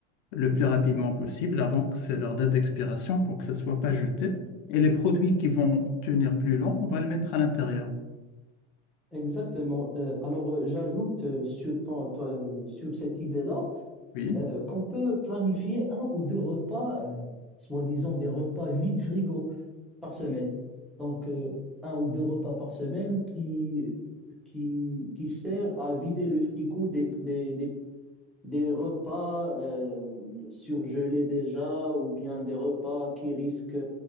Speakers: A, on the left (about 75°); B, in the centre.
A: le plus rapidement possible avant que c'est leur date d'expiration pour que ça ne soit pas jeté. Et les produits qui vont tenir plus long, on va les mettre à l'intérieur.
B: Exactement. Euh, alors, euh, j'ajoute euh, sur ton, ton- euh, sur cette idée-là
A: Oui,
B: euh, qu'on peut planifier un ou deux repas, euh, soi-disant des repas vide frigo par semaine. Donc, euh, un ou deux repas par semaine qui qui qui sert à vider le frigo des des, des des repas euh, surgelés déjà ou bien des repas qui risquent